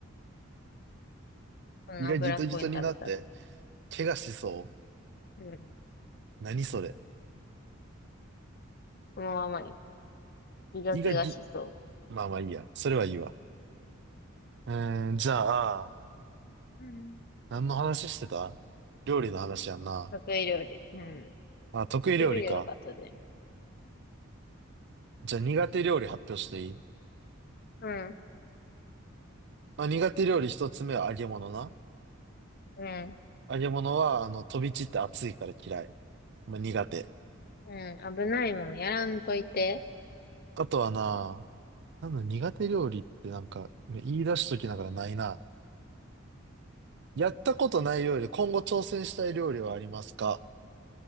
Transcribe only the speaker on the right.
う。胃がギトギトになって、怪我しそう。
何それ
胃がぎ、まあまあいいや。それはいいわ。うーん、じゃあ、
何の話してた料理の話やんな。
あ、得意料理か。
じゃあ苦手料理発表していい
まあ苦手料理一つ目は揚げ物な。
揚げ物は、あの、飛び散って熱いから嫌い。まあ苦手。
あとはな、なんだ、苦手料理ってなんか、ね言い出しときながらないな。やったことない料理、今後挑戦したい料理はありますか